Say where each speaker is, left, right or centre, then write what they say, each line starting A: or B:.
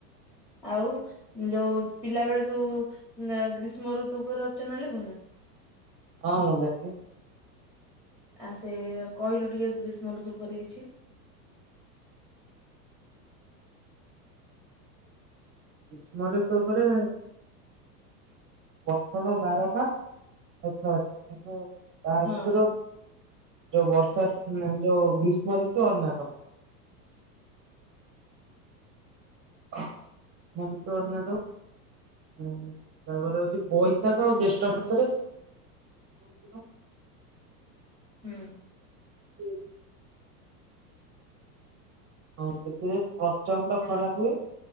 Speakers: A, in the centre; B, on the right.
A: ହଁ ଆଉ ଯୋଉ ପିଲା ବେଳେ ତୁ ଗ୍ରୀଷ୍ମ ଋତୁ ଉପରେ ରଚନ ଲେଖୁ ନା?
B: ହଁ ମୁଁ ଲେଖେ।
A: ଆ ସେ କହିଲୁ ଟିକେ ଗ୍ରୀଷ୍ମ ଋତୁ ଉପରେ କିଛି?
B: ଗ୍ରୀଷ୍ମ ଋତୁ ଉପରେ ବର୍ଷକ ବାର ମାସ ଆଉ ଛଅ ରିତୁ <unintelligible> ତା
A: ହଁ
B: ଭିତରୁ ଯୋଉ ବର୍ଷା ଋତୁ ନା ଯୋଉ ଗ୍ରୀଷ୍ମ ଋତୁ ଅନ୍ୟତମ। ଗ୍ରୀଷ୍ମ ଋତୁ ଅନ୍ୟତମ। ହଁ ତାପରେ ହୋଉଛି ବୈଶାଖ ଆଉ ଜ୍ୟେଷ୍ଠ ମାସରେ ଋତୁଟା
A: ହୁଁ।
B: ହୁଏ। ହଁ ଏଥିରେ ପ୍ରଚଣ୍ଡ
A: ହ୍ୟାଲୋ
B: ଖରା ହୁଏ।